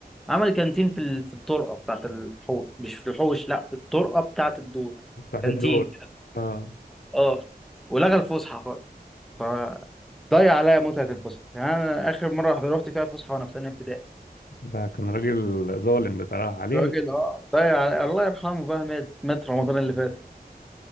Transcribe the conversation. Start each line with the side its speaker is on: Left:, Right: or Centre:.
Centre: عمل كانتين في ال- في الطرقه بتاعت الحوش مش في الحوش لا في الطرقه بتاعت الدور
Left: بتاعت
Centre: كانتين
Left: الدول اه
Centre: اه ولغى الفسحه خالص فضيع عليا متعه الفسحه يعني انا اخر مره رحت فيها الفسحه وانا في ثانيه ابتدائي
Left: ده كان راجل ظالم بصراحة عليه
Centre: راجل اه ضيع علي الله يرحمه بقى مات مات رمضان اللي فات